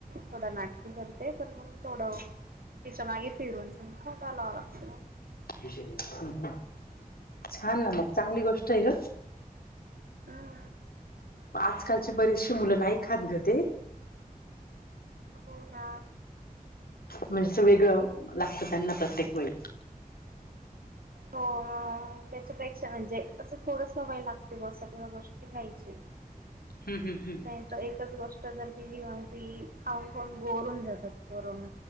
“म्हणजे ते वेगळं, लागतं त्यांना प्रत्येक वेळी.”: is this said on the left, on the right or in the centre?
Left